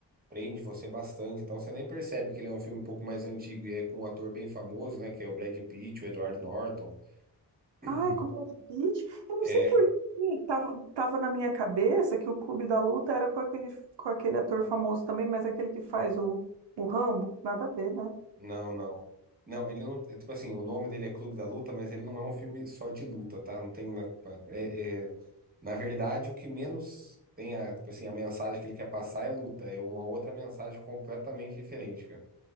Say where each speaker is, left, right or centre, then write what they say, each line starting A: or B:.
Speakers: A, on the right; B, on the right.
A: prende você bastante, então você nem percebe que ele é um filme um pouco mais antigo e é com um ator bem famoso, né, que é o Brad Pitt, o Edward Norton. <clears throat>
B: Ah, é com Brad Pitt. Eu não
A: É,
B: sei por que tava, tava na minha cabeça que o Clube da Luta era com aquele, com aquele ator famoso também, mas é aquele que faz o, o Rambo. Nada a ver, né?
A: não, não. Não, ele não. É, tipo assim, o nome dele é Clube da Luta, mas ele não é um filme só de luta, tá? Não tem. na- É, é, Na verdade, o que menos tem a, tipo assim, a mensagem que ele quer passar é luta, é uma outra mensagem completamente diferente, cara.